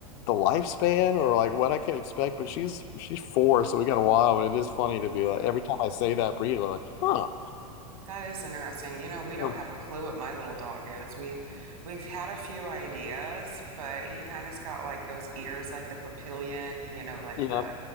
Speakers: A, on the left; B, on the right.
A: the lifespan or like what I can expect. But she's she's four, so we got a while, but it is funny to
B: Hmm.
A: be like every time I say that breed, they're like, huh.
B: That is interesting. You know, we don't
A: Um,
B: have a clue what my little dog is. We we've had a few ideas, but he kind of's got like those ears like the papillion, you know, like
A: You
B: the
A: know,